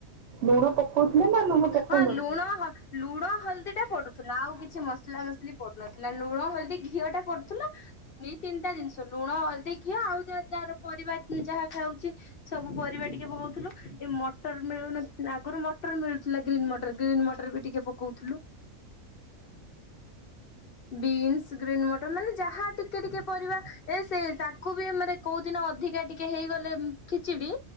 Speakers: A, on the right; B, on the left.
A: ଲୁଣ ପକ୍ଉଥିଲ ନା ଲୁଣ ପକଉନଥିଲେ?
B: ହଁ ଲୁଣ-ହଁ- ଲୁଣ ହଳ୍ଦୀ ଟା ପଡୁଥିଲା ଆଉ କିଛି ମସ୍ଲା ମସ୍ଲି ପଡୁନଥିଲା ଲୁଣ ହଳଦୀ ଘିଅ ଟା ପଡୁଥିଲା। ଦୁଇ, ତିନ୍ ଟା ଜିନିଷ ଲୁଣ, ହଳଦି, ଘିଅ ଆଉ ଯା ଯାହାର ପରିବାର ଉଁ ଯାହା ଖାଉଛି-। ସବୁ ପରିବା ଟିକେ ପହଉଥିଲ ଏ ମଟର୍ ମିଳୁନ ଥିଲା ଆଗରୁ ମଟର ମିଳୁ- ଥିଲା ଗ୍ରୀନ୍ ମଟର୍ ଗ୍ରୀନ୍ ମଟର୍ ବି ଟିକେ ପକଉଥିଲୁ। ବିନ୍ସ ଗ୍ରୀନ୍ ମଟର୍ ମାନେ ଯାହା ଟିକେ ଟିକେ ପରିବା ଏ ସେ ତାକୁ ବି ମାନେ କୋଉ ଦିନ ଅଧିକା ଟିକେ ହେଇଗଲେ ହୁଁ ଖିଚିଡି